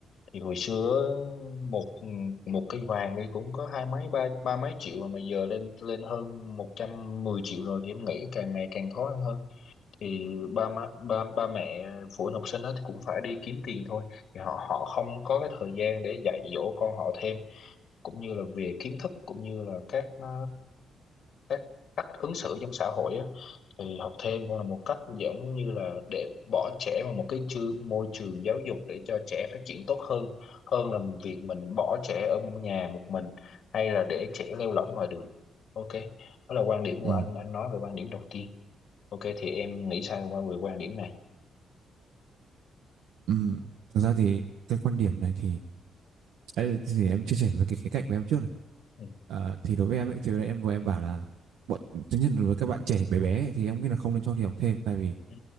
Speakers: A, on the left; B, on the right.
A: thì hồi xưa một một cây vàng đi cũng có hai mấy ba ba mấy triệu mà giờ lên lên hơn 110 triệu rồi thì em nghĩ càng ngày càng khó ăn hơn thì ba má, ba ba mẹ phụ huynh học sinh đó thì cũng phải đi kiếm tiền thôi thì họ họ không có cái thời gian để dạy dỗ con họ thêm cũng như là về kiến thức cũng như là các ờ, các cách ứng xử trong xã hội á thì học thêm cũng là một cách giống như là để bỏ trẻ vào một cái chư, môi trường giáo dục để cho trẻ phát triển tốt hơn hơn là việc mình bỏ trẻ ở nhà một mình hay là để trẻ lêu lỏng ngoài đường ok đó là quan điểm của
B: Ừm,
A: anh anh nói về quan điểm đầu tiên Ok thì em nghĩ sao qua về quan điểm này?
B: ừm. thực ra thì cái quan điểm này thì ấy, thì em chia sẻ với cái khía cạnh của em trước này
A: Ừ.
B: Ờ, thì đối với em ấy thì em vừa em bảo là bọn tất nhiên là với các bạn trẻ bé bé ấy, thì em nghĩ là không nên cho đi học thêm tại vì
A: Ừ.